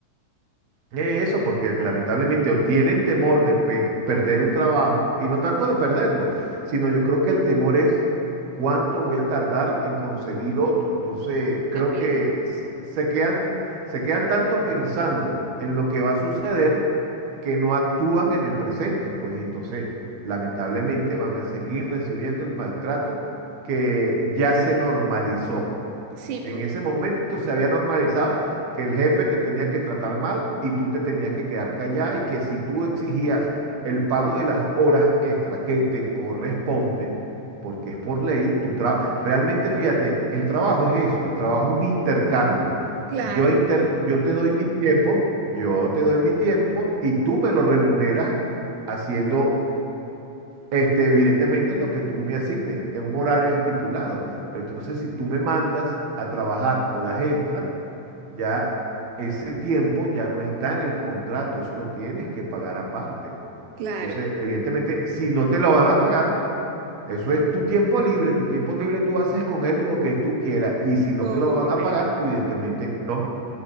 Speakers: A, on the right (about 60°); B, on the right (about 85°).
A: Eh, Eso, porque lamentablemente o tienen temor de per- perder un trabajo, y no tanto de perderlo, sino yo creo que el temor es cuánto voy a tardar en conseguir otro. Entonces,
B: también.
A: creo que s- se quedan, se quedan tanto pensando en lo que va a suceder que no actúan en el presente, pues, y entonces, lamentablemente van a seguir recibiendo el maltrato que ya se normalizó.
B: Sí,
A: En
B: pues,
A: ese momento se había normalizado que el jefe te tenía que tratar mal y tú te tenías que quedar callada y que si tú exigías el pago de las horas extra que te corresponde, porque es por ley, tu tra- realmente fíjate, el trabajo es eso, el trabajo es un intercambio.
B: claro,
A: Yo, inter- yo te doy mi tiempo, yo te doy mi tiempo y tú me lo remuneras haciendo este, evidentemente lo que tú me asignes, en un horario estipulado. Pero entonces, si tú me mandas a trabajar horas extra, ya ese tiempo ya no está en el contrato, eso lo tienes que pagar aparte.
B: claro,
A: Entonces, evidentemente, si no te lo van a pagar, eso es tu tiempo libre, tu tiempo libre tú haces con él lo que tú quieras. Y si no
B: correcto.
A: te lo van a pagar, evidentemente no.